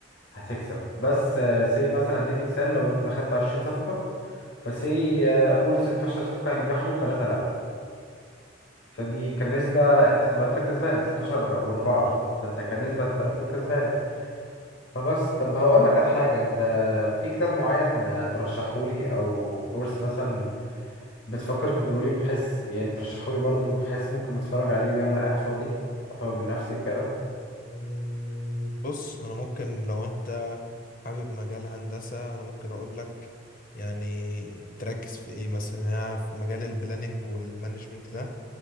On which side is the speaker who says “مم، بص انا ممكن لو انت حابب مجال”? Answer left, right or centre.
Left